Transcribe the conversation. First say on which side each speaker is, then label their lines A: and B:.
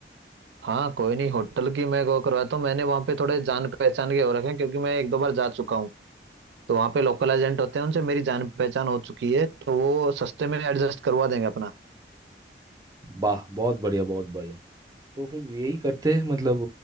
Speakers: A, on the right; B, on the right.
A: हाँ कोई नहीं होटल की मैं वो करवाता हूँ मैंने वहाँ पे थोड़े जान पहचान के हो रखे हैं क्योंकि मैं एक दो बार जा चुका हूँ तो वहाँ पे लोकल एजेंट होते हैं उनसे मेरी जान पहचान हो चुकी है तो वो सस्ते में एडजस्ट करवा देंगे अपना
B: वाह बहुत बढ़िया बहुत बढ़िया तो फिर यही करते हैं मतलब